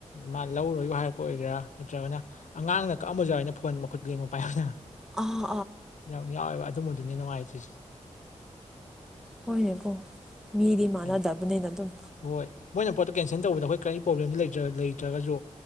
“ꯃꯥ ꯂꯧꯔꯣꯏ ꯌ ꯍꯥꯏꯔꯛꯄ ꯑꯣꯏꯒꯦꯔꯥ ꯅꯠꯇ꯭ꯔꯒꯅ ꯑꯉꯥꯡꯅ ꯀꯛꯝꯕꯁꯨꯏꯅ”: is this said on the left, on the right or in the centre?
Left